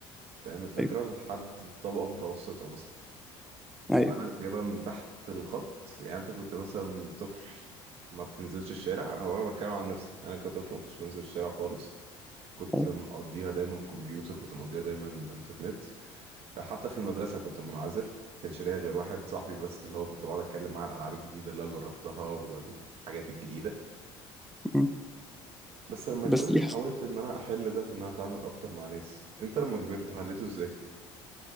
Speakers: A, on the right; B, in the centre.
A: فاهم الفكره
B: ايوه
A: لحد طبقه متوسطه مثلا فانا
B: ايوه
A: جايبها من تحت الخط يعني انت كنت مثلا طفل ما بتنزلش الشارع انا ورا بتكلم عن نفسي انا كطفل ما كنتش بنزل الشارع خالص كنت
B: ايوه
A: مقضيها دايما كمبيوتر كنت مقضيها دايما انترنت حتى في المدرسه كنت منعزل كانش ليا غير واحد صاحبي بس اللي هو كنت بقعد اتكلم معاه على الالعاب الجديده اللي انا جربتها والحاجات الجديده
B: مم.
A: بس لما
B: بس
A: كبرت
B: دي
A: حاولت ان انا احل ده في ان انا اتعامل اكتر مع ناس انت لما كبرت حليته ازاي